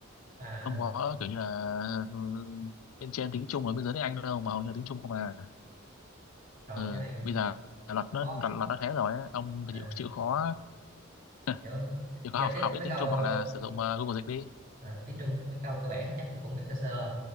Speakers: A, on the right; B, on the left.
A: à.
B: không có kiểu như là ừ, bên trên tiếng Trung ở bên dưới tiếng Anh đâu mà hầu như là tiếng Trung không à
A: rồi
B: ừ.
A: cái này
B: bây giờ luật nó
A: khó
B: luật, luật nó thế rồi á. ông phải
A: à,
B: chịu chịu khó <laughs>
A: kiểu
B: chịu
A: giao
B: khó học
A: tiếp
B: học
A: mấy
B: ít tiếng
A: câu
B: Trung hoặc là sử dụng ờ, Google dịch đi
A: à, tiếng Trung mấy câu cơ bản thì chắc tôi cũng biết sơ sơ